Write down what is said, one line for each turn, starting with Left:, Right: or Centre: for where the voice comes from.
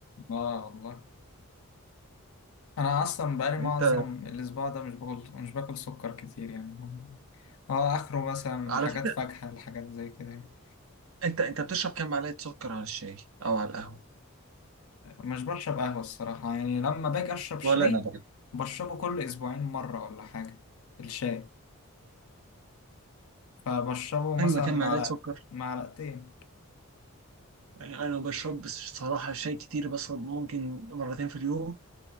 Left: اه والله انا اصلا بقالي معظم
Right: انت
Left: الاسبوع ده مش باكل مش باكل سكر كتير يعني اه اخره مثلا
Right: على
Left: حاجات
Right: فكره
Left: فاكهة الحاجات زي كده يعني.
Right: انت انت بتشرب كام معلقه سكر على الشاي او على القهوه
Left: مش بشرب قهوة الصراحة يعني لما باجي اشرب شاي
Right: ولا انا
Left: بشربه كل اسبوعين مرة ولا حاجة الشاي فبشربه مثلا
Right: ايوه كان
Left: معلقة
Right: معلقه سكر
Left: معلقتين
Right: يعني انا ما بشربش صراحه شاي كتير بشرب ممكن مرتين في اليوم